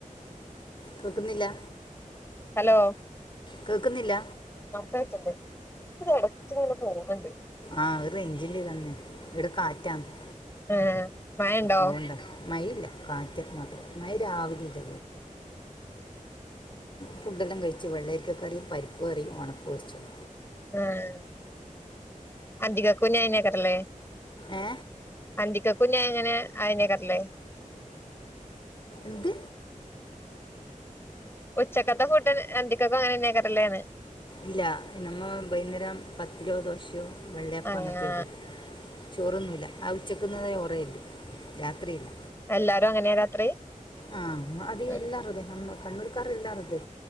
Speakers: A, on the left; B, on the left.
A: കേക്ക്ന്നില്ല?
B: ഹലോ
A: കേൾക്കുന്നില്ല
B: <unintelligible> തിൽ എടക്ക്ങ്ങനെ പോന്നണ്ട്
A: ആഹ് ഒരു റൈഞ്ചിന്റെതാണ് ഇവിടെ കാറ്റാന്ന്
B: ഏഹ് മഴണ്ടോ
A: അതൊണ്ടാ മയില്ല കാറ്റ് മാത്രം മയിരാവിലീല്ല ഫുഡെല്ലാം കഴിച്ച് വെള്ളരിക്ക കറീം പരിപ്പ് കറീം ഉണക്ക്പൊരിച്ചതും
B: ആഹ് അന്തികക്കു നിഅയഞാക്കാരല്ലേ
A: ഏ
B: അന്തിക്കക്കും നിഎങ്ങനെ അയഞ്ഞെക്കാരല്ലേ?
A: ന്ത്‌?
B: ഉച്ചക്കത്തെ ഫുഡ് അന്തിക്കക്കും അങ്ങനെന്നെക്കാരല്ലേന്ന്?
A: ല്ല നമ്മ ബെയ്ന്നേരം പത്തിര്യോ ദോശ്യോ വെള്ളപ്പോ
B: അങ്ങാ
A: അങ്ങത്തെയ ഉള്ളൂ ചോറ്ന്നൂല്ല ആ ഉച്ചക്കുന്ന ചോറേള്ളൂ രാത്രിയില്ല
B: എല്ലാരും അങ്ങനെയാ രാത്രി?
A: ആഹ് അതികഎല്ലാറുഅതെമ്മ
B: ആഹ്
A: കണ്ണൂർക്കാർ എല്ലാരതെ